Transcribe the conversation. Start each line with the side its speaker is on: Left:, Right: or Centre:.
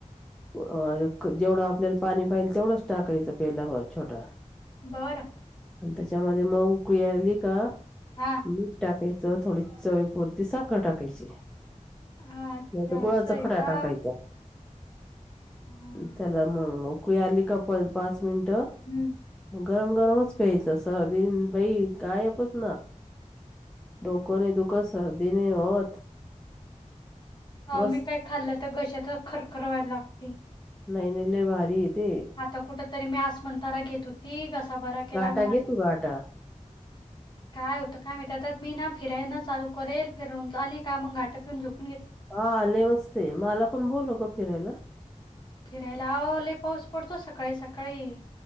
Centre: अ एक जेवढं आपल्याला पाणी पाहिजे तेवढंच टाकायचं पेला भर छोटा.
Left: बर.
Centre: आणि त्याच्यामध्ये, म उकळी यायलंगली का
Left: हां.
Centre: मीठ टाकायचं थोडी चवे पुरती साखर टाकायची,
Left: अच्छा
Centre: नाहीतर गुळाचा
Left: असं आहे
Centre: खडा
Left: का?
Centre: टाकायचा.
Left: हां.
Centre: त्याला म उकळी आली का पर पाच मिनटं
Left: हं.
Centre: म गरम गरमच प्यायचं सर्दी <unintelligible> बाई गायपच ना, डोकं नाई दुखत सर्दी नाई होत.
Left: ह
Centre: बस
Left: मी काय खाल्लं तर घशात खरखर व्हाय लागते.
Centre: नाही नाई लय भारी ते
Left: आता कुठ तरी मी अस्मान्तरा घेत होती घस सा बरा केला
Centre: गाटा
Left: मी माझा
Centre: घे तू गाटा
Left: काय होत काय माहित त्या त्यात. मी ना फिराना चालू करेल फिरवून, चं आली का मग घाटापीवून झोप
Centre: हा लय मस्तई मला पण बोलव गं फिरायला.
Left: फिरायला आओ लय पाऊस, पडतो सकाळी सकाळी.